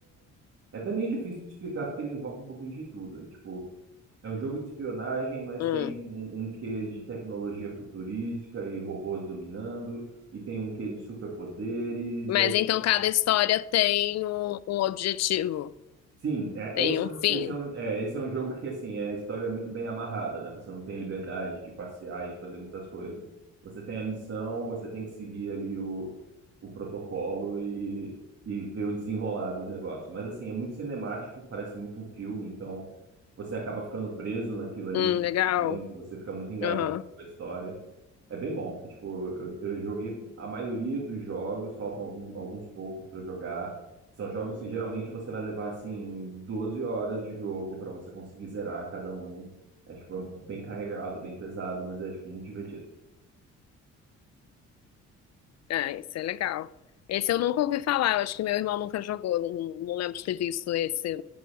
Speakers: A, on the right; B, on the left.
A: É até meio difícil de explicar porque ele envolve um pouquinho de tudo. É, tipo, é um jogo de espionagem, mas
B: Hum.
A: tem um, um quê de tecnologia futurística e robôs dominando. E tem um quê de superpoderes,
B: Mas
A: é tipo
B: então cada história tem um, um objetivo,
A: Sim, é,
B: tem
A: é esse,
B: um
A: é um,
B: fim.
A: esse, é um, é, esse é um jogo que, assim, é a história é muito bem amarrada, né? Você não tem liberdade de passear e de fazer muitas coisas. Você tem a missão, você tem que seguir ali o, o protocolo e, e ver o desenrolar dos negócios. Mas, assim, é muito cinemático, parece muito um filme, então você acaba ficando preso naquilo ali
B: Hum,
A: por
B: legal.
A: muito tempo, você fica muito engajado
B: Aham.
A: com a história. É bem bom. É tipo, eu, eu joguei a maioria dos jogos, faltam algum- alguns poucos pra jogar. São jogos que geralmente você vai levar assim 12 horas de jogo pra você conseguir zerar cada um. É tipo é bem carregado, bem pesado, mas é tipo muito divertido.
B: É, isso é legal. Esse eu nunca ouvi falar, eu acho que meu irmão nunca jogou, não, não lembro de ter visto esse.